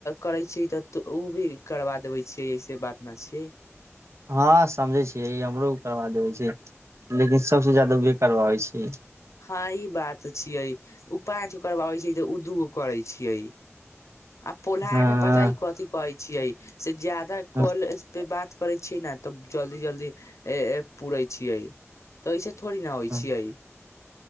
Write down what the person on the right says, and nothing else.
हँ समझै छियै ई हमरो करबा देबे छै लेकिन सबसँ ज्यदा बेकार भै छै
हँ
हँ
हँ